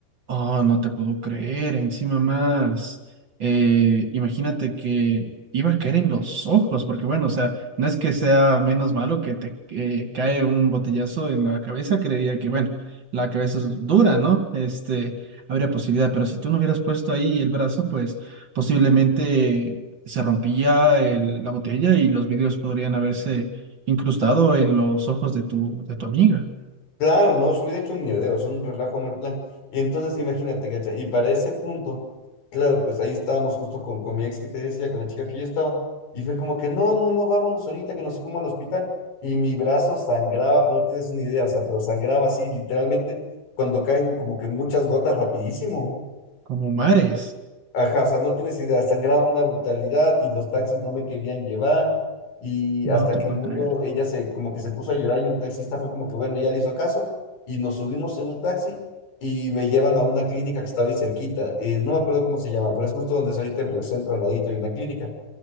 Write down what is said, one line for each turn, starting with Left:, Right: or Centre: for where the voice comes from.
Right: Oh, no te puedo creer, encima más. eh, imagínate que iba a caer en los ojos, porque bueno, o sea, no es que sea menos malo que te eh, cae un botellazo en la cabeza, creería que bueno, la cabeza es dura, ¿no? Este, habría posibilidad, pero si tú no hubieras puesto ahí el brazo, pues posiblemente se rompía el- la botella y los vidrios podrían haberse incrustado en los ojos de tu, de tu amiga,
Left: Claro, no, se hubiera hecho un mierdero, es un relajo mal plan. Y entonces imagínate, ¿cachai? Y para ese punto, claro, pues ahí estábamos justo con, con mi ex que te decía, con la chica que yo estaba, y fue como que no, no, no, vámonos ahorita, que no sé cómo al hospital. Y mi brazo sangraba, pero no tienes una idea, o sea, pero sangraba así, literalmente, cuando caen como que muchas gotas rapidísimo.
Right: como mares.
Left: Ajá, o sea, no tienes idea, sangraba una brutalidad y los taxis no me querían llevar y
Right: No
Left: hasta
Right: te
Left: que
Right: puedo
Left: en
Right: creer.
Left: uno, ella se, como que se puso a llorar y un taxista fue como que, bueno, ya le hizo caso y nos subimos en un taxi y me llevan a una clínica que estaba ahí cerquita, eh, no me acuerdo cómo se llama, pero es justo donde es ahorita el Río Centro, al ladito hay una clínica